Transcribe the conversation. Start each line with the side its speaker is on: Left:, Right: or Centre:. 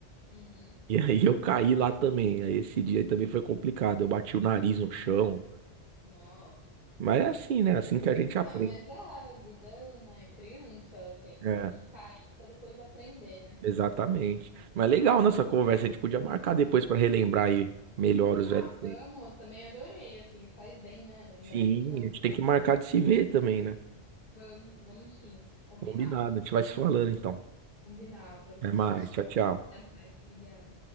Left: Uhum.
Right: E aí eu caí lá também, aí esse dia aí também foi complicado, eu bati o nariz no chão,
Left: Nossa.
Right: mas é assim, né, assim que a gente aprende.
Left: Ah, mas a vida, né, criança, sempre
Right: É,
Left: tem que cair pra depois aprender, né?
Right: exatamente. Mas legal nessa conversa, a gente podia marcar depois pra relembrar aí melhor
Left: Ah,
Right: os velhos
Left: vamos,
Right: tempos.
Left: também adorei, assim, faz bem, né? Lembrar
Right: Sim,
Left: a infância,
Right: a gente tem que
Left: dar
Right: marcar
Left: uma volta.
Right: de se ver também, né?
Left: Vamos, vamos sim, combinado,
Right: Combinado, a gente vai se falando então.
Left: combinado.
Right: Até
Left: Tchau,
Right: mais,
Left: tchau.
Right: tchau, tchau.
Left: Até mais, obrigada.